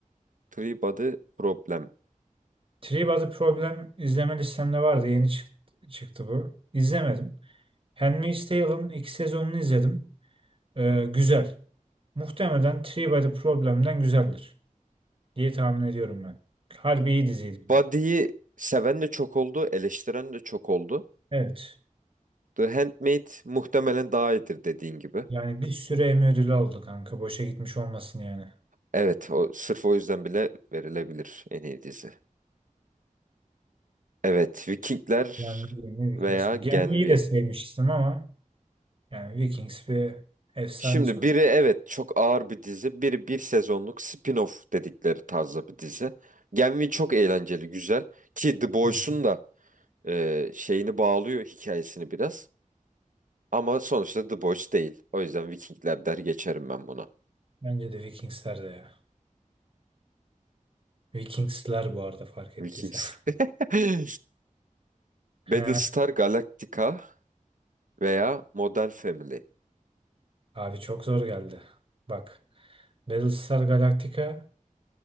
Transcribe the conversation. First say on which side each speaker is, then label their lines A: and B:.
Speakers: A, on the right (about 70°); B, on the right (about 40°).
A: Three Body Problem.
B: Three Body Problem izleme listemde vardı. Yeni çık- çıktı bu. İzlemedim. Handmaid's Tale'ın ilk sezonunu izledim. Ee, güzel. Muhtemelen Three Body Problem'den güzeldir diye tahmin ediyorum ben. Harbi iyi diziydi.
A: Body'yi seven de çok oldu, eleştiren de çok oldu.
B: Evet.
A: The Handmaid muhtemelen daha iyidir dediğin gibi.
B: Yani bir sürü Emmy ödülü aldı kanka. Boşa gitmiş olmasın yani.
A: Evet, o, sırf o yüzden bile verilebilir en iyi dizi. Evet, Vikingler
B: Yani ne Vikings
A: veya
B: mi?
A: Gen
B: Yani iyi
A: V.
B: de sevmiştim ama. Yani Vikings bir efsane
A: Şimdi
B: sonuç.
A: biri evet çok ağır bir dizi, biri bir sezonluk spin-off dedikleri tarzda bir dizi. Gen V çok eğlenceli, güzel. Ki The Boys'un
B: Hı. hı.
A: da e, şeyini bağlıyor hikayesini biraz. Ama sonuçta The Boys değil. O yüzden Vikingler der geçerim ben buna.
B: Bence de Vikingsler de ya. Vikingsler bu arada fark
A: Vikings.
B: ettiysen. <laughs>
A: <laughs> Battlestar
B: He,
A: Galactica veya Modern Family.
B: abi çok zor geldi. Bak Battlestar Galactica